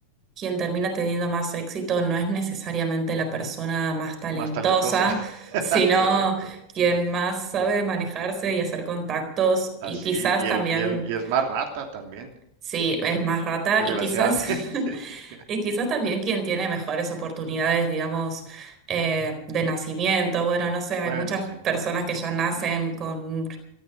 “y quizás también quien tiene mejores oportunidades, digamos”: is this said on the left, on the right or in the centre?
Right